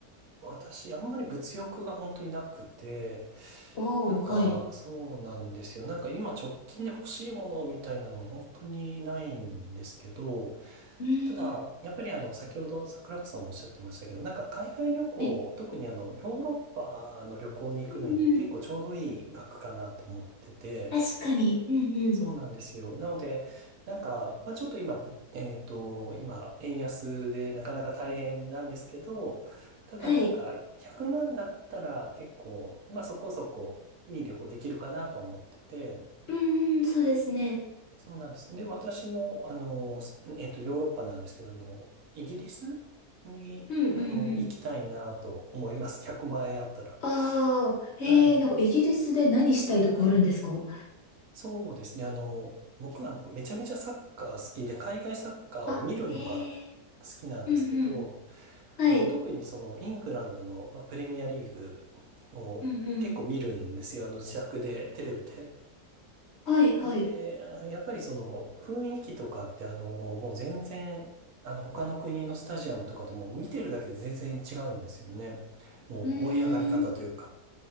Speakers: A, on the right (about 65°); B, on the left (about 55°).
A: 私、あんまり物欲が本当になくて、
B: おー、
A: なんかそうなんですよ。
B: はい。
A: なんか今直近で欲しいものみたいなのも本当にないんですけど、
B: うーん。
A: ただ、やっぱりあの、先ほど桜子さんもおっしゃってましたけど、なんか海外旅行、
B: はい。
A: 特にあの、ヨーロッパの旅行に行くのに結構ちょうどいい額かなと思ってて、
B: うんうん。確かに。うんうん。
A: そうなんですよ。なので、なんか、まあちょっと今、ぶえっと、今、円安でなかなか大変なんですけど、ただなんか、
B: はい。
A: 100万だったら結構、まあそこそこいい旅行できるかなと思ってて、
B: うんうん、そうですね。
A: でそうなんですで私も、あの、スえっと、ヨーロッパなんですけど、あの、イギリスに、
B: うんうんうん。
A: あの、行きたいなと思います。100万円あったら。
B: ああ、へえ、
A: はい。
B: なんかイギリスで何したいとかあるんですか
A: はい。そうですね。あの、僕はあのめちゃめちゃサッカー好きで、海外サッカーを見るのが好きなんですけど、
B: あ、へえ。うんうん。はい。
A: あの、特にそのイングランドの、まあ、プレミアリーグを結構見るんですよ。
B: うんうん。
A: あの、自宅で、テレビで。
B: はいはい。
A: で、やっぱりその雰囲気とかってあの、もう全然、あの、他の国のスタジアムとかとも見てるだけで全然違うんですよね。もう盛り上がり方というか。
B: うーん。